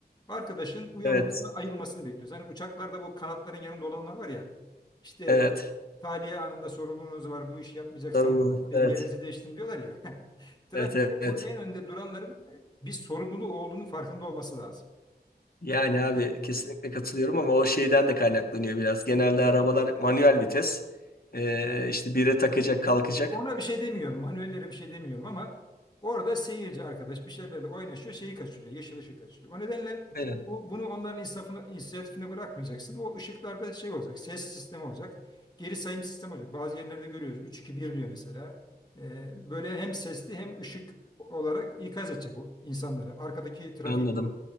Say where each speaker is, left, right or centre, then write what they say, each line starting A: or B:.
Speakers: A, on the left (about 25°); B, on the left (about 60°).
A: Arkadaşın uyanmasını
B: Evet.
A: ayılmasını bekliyoruz. Hani uçaklarda bu kanatların yanında olanlar var ya İşte
B: Evet.
A: tahliye anında sorumluluğunuz var bu işi yapmayacaksanız
B: Sorumluluk.
A: e,
B: Evet.
A: yerinizi değiştirin diyorlar ya. <laughs> Trafikte
B: Evet, evet, evet.
A: bu en önde duranların bir sorumluluğu olduğunu farkında olması lazım.
B: Yani abi kesinlikle katılıyorum ama o şeyden de kaynaklanıyor biraz. Genelde arabalar manuel vites. Ee, işte bire takacak, kalkacak.
A: Ona bir şey demiyorum. Manuellere bir şey demiyorum ama orada seyirci arkadaş bir şeylerle oynaşıyor, şeyi kaçırıyor, yeşil ışığı kaçırıyor. O nedenle
B: Evet,
A: bu, bunu onların insafına, inisiyatifine bırakmayacaksın. O ışıklarda şey olacak, ses sistemi olacak, geri sayım sistemi olacak. Bazı yerlerde görüyoruz üç 2 bir diyor mesela. Ee, böyle hem sesli hem ışık olarak ikaz edecek o insanları, arkadaki trafiği.
B: anladım.